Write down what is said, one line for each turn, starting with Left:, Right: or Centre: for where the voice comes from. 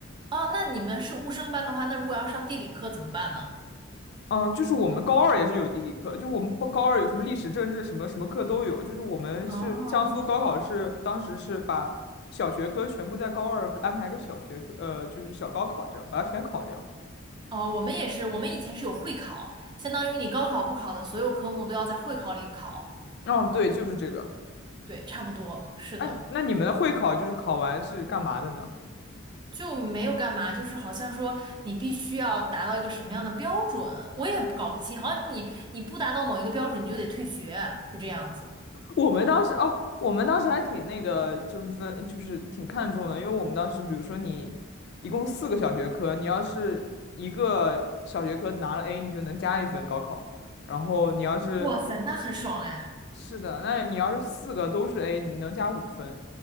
Right: 哦，那你们是物生班的话，那如果要上地理课怎么办呢？
Left: 嗯，就是我们高二也是有地理课，就我们不高二有什么历史、政治什么什么课都有，就是我们是江苏高考是当时是把小学科全部在高二安排个小学科，
Right: 哦
Left: 呃，就是小高考这样把它全考掉。
Right: 哦，我们也是，我们以前是有会考，相当于你高考不考的所有科目都要在会考里考。
Left: 哦，对，就是这个。
Right: 对，差不多，是的，
Left: 哎，那你们的会考就是考完是干嘛的呢？
Right: 就没有干嘛，就是好像说你必须要达到一个什么样的标准，我也搞不清，好像你你不达到某一个标准，你就得退学，就这样子。
Left: 我们当时哦，我们当时还挺那个，就分就是挺看重的，因为我们当时比如说你一共四个小学科，你要是一个小学科拿了 A，你就能加一分高考，然后你要是
Right: 哇塞，那很爽哎！
Left: 是的，那你要是四个都是 A，你能加五分。